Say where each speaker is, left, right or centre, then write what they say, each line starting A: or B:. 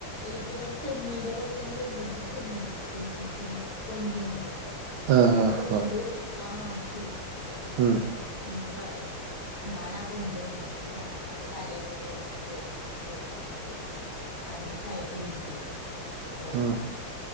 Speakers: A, on the left; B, on the right.
A: ഈ പിന്നെ ചെമ്മീൻന്റെ പോലെ തന്നെ വലുത് ചെമ്മീൻ ക വലുത് ചെമ്മീൻ കൊഞ്ചന്ന് പറയല
B: ആഹ്
A: ആ കൊന്ജ്
B: ആഹ്
A: ന്റെ ഉള്ളിലുള്ള ആ മാംസ ഇല്ലേ അതെടുത്ത
B: ഉം
A: മാറ്റിട്ട് തൊണ്ട് കളയും ഞാൻാതൊണ്ട് കൊണ്ട വന്നിട്ട് അയിന്റെ തലയൊക്കെ കൂടെ ഒന്നിട്ട ജോല യോജിച്ചുയോജിച്ചിട്ട് പ്പിച്ചിട്ട് അതിന പ പെയിൻ്റെയ്യും ഗോൾഡും
B: ഉം